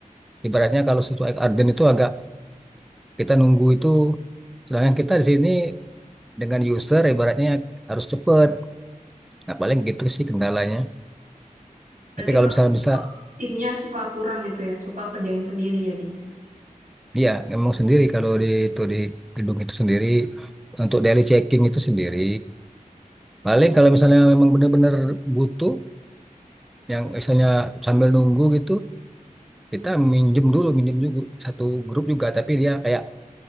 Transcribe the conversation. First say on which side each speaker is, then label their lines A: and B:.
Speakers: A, in the centre; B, on the right.
A: ibaratnya kalau sesuai Arden itu agak kita nunggu itu sedangkan kita di sini dengan user ibaratnya harus cepet nah paling gitu sih kendalanya
B: Berarti
A: tapi kalau
B: lebih
A: bisa bisa
B: ke timnya suka kurang gitu ya, suka kerjain sendiri jadinya.
A: Iya, memang sendiri kalau di itu di gedung itu sendiri untuk daily checking itu sendiri. Paling kalau misalnya memang benar-benar butuh yang misalnya sambil nunggu gitu, kita minjem dulu, minjem juga satu grup juga tapi dia kayak